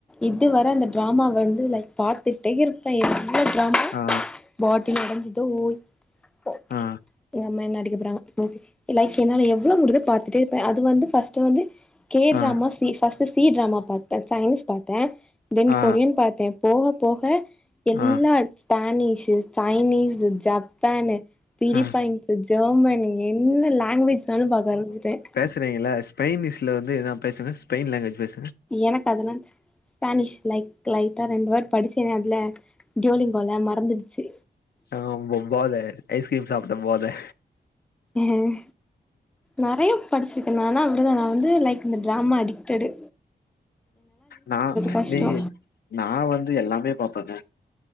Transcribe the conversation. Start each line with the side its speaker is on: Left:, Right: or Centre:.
Centre: இதுவர அந்த டிராம வந்து லைக் பார்த்துட்டே இரு இப்ப எவளோ டிராமா
Left: ஆ
Centre: பாட்டி நடந்துதோ ஓய் போடி
Left: ஆ
Centre: ஓ மே நடிக் லைக் என்னால எவ்வளவு முடி பார்த்தட்டே இருப்பா அது வந்து ஃபஸ்ட் வந்து கே
Left: ஆ
Centre: ட்ராமாஸ் ஃபர்ஸ்ட் சி டிராமா பார்த்தே சயின்ஸ் பார்த்தே தென்
Left: ஆ
Centre: கொரியன் பார்த்தே போக போக எல்லா
Left: ஆ
Centre: ஸ்பானிஷு சைனீஸ் ஜப்பானு பிலிப்பைன்ஸ்
Left: ஆ
Centre: ஜெர்மனி என்ன லாங்குவேஜ்னாலு பாக்க ஆரம்மூச்சிட்ட
Left: பாக்குறீங்களா ஸ்பயனிஷல வந்து எதா பேசுங்க ஸ்பயின் லாங்குவேஜ் பேசுங்க
Centre: எனக்கு அதெல்லா ஸ்பானிஷ் லைக் லைட் டா ரெண்டு வேர்ட் படிச்சேநெ அதுல ஜோலிங்கோல மறந்துடுச்சு
Left: ஆ போத ஐஸ் கிரீம் சாப்ட்ட போத
Centre: ஹம் நிறைய படிச்சிருக்கே ஆனா அப்படிதா நா வந்து லைக் இந்த டிராம அடிக்ட்டடு
Left: நா
Centre: கஷ்டோ
Left: நீ நா வந்து எல்லாமே பாப்பங்க